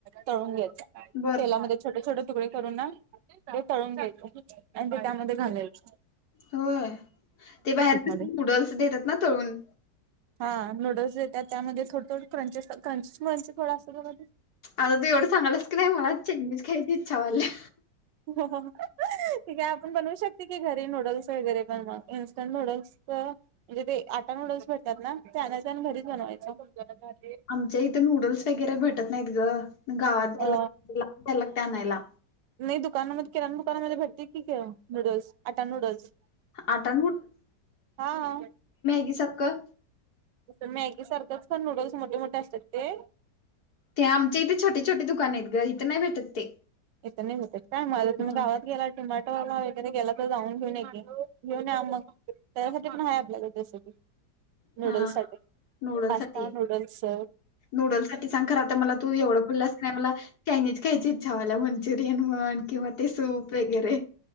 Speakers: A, on the right (about 80°); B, on the left (about 65°).
A: तळून घ्यायचा.
B: बर
A: तेलामध्ये छोटे छोटे तुकडे करून ना ते तळून घ्यायचं. आणि ते त्यामध्ये घालायच.
B: होय ते बाहेर कसल्या
A: मध्ये
B: नूडल्स देत्यात ना तळून.
A: हा नूडल्स देत्यात त्यामध्ये थोडं थोड क्रंचेस क्रंचेस मंच थोड असत्यात बघा ते
B: आता तू एवढं सांगाल्यास की नाही मला चायनीज खायची इच्छा व्हायल्या.
A: ते काय आपण बनवू शकतोय की, घरी नूडल्स. वगैरे इंस्टंट नूडल्स तर म्हणजे ते आटा नूडल्स भेटतात ना ते आणायचं आणि ते घरीच बनवायचं.
B: आमच्या इथं नूडल्स वगैरे भेटत नाहीत ग गावात
A: अ
B: जायला लागतय त्याला आणनायला.
A: नाही दुकानामध्ये किराणा दुकानामध्ये भेटतय की गं नूडल्स. आता नूडल्स
B: आटा
A: हा.
B: -गी सारखं.
A: मॅगी सारखंच पण नूडल्स मोठे मोठे असत्यात ते.
B: ते आमच्या इथं छोटे छोटे दुकान आहेत गं इथे नाही भेटत ते.
A: इथं नाही भेटत काय मग आता तुम्ही
B: हा
A: गावात गेलात तर डी मार्ट ला वगैरे गेला तर जाऊन घेऊन या की घेऊन या मग त्याच्यासाठी पण आहे आपल्याकडे रेसिपी. नूडल्स
B: हा
A: साठी
B: नूडल्स
A: पास्ता
B: साठी,
A: नूडल्स हा
B: नूडल्स साठी सांग खर आता मला तू एवढं बोल्यास काय मला चायनीज खायची इच्छा व्हायल्या मंचुरियन म्हन किंवा ते सूप वगैरे